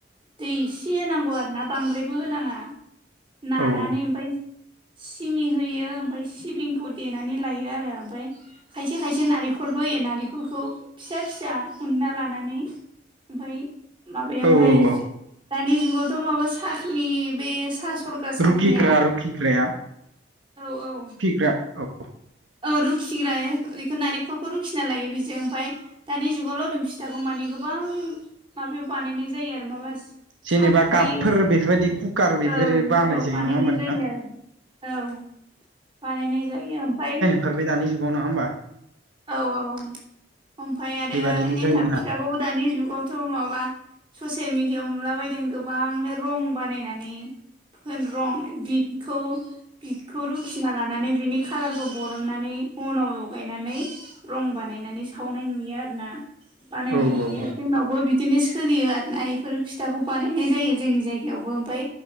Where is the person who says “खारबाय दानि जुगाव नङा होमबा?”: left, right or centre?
Right